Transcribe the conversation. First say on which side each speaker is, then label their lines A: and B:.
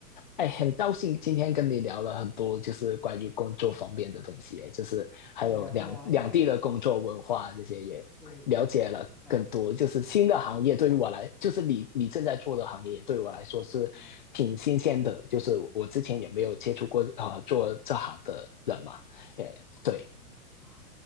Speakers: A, on the left; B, in the centre.
A: 哎，很高兴今天跟你聊了很多，就是关于工作方面的东西，就是还有两两地的工作文化这些也了解了更多。
B: 对啊，对啊，因为是是是，呃，
A: 就是新的行业对于我来，就是你你正在做的行业，对我来说是挺新鲜的，
B: 嗯，OK
A: 就是我之前也没有接触过啊、呃做这行的人嘛。哎，
B: OK，
A: 对，
B: 嗯，好，